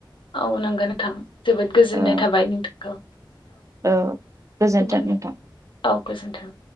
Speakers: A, on the left; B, on the right.
A: औ नोंगो नोंथां जोबोद गोजोननाय
B: औ
A: थाबाय नोंथांखौ
B: औ गोजोन्थों
A: दोनथ'नो
B: नोंथां
A: औ गोजोन्थों